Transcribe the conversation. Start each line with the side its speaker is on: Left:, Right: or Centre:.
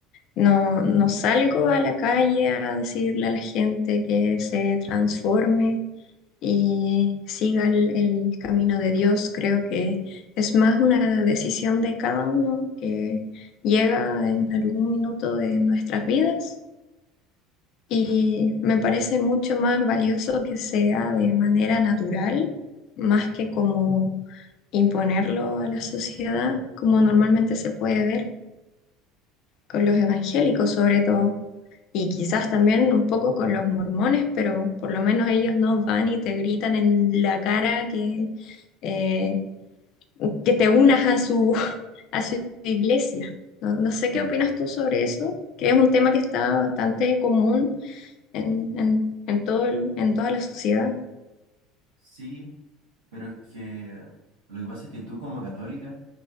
Left: No, no salgo a la calle a decirle a la gente que se transforme y siga el, el camino de Dios. Creo que es más una decisión de cada uno que llega en algún minuto de nuestras vidas y
Right: claro.
Left: me parece mucho más valioso que sea de manera natural, más que como imponerlo a la sociedad, como normalmente se puede ver con los evangélicos sobre todo, y quizás también un poco con los mormones, pero por lo menos ellos no van y te gritan en la cara que, eh, que te unas a su, <laughs> a su iglesia. No, no sé
Right: Y
Left: qué opinas tú sobre eso, que es un tema que está bastante común en, en, en todo el- en toda la sociedad.
Right: sí, pero es que lo que pasa es que tú como católica...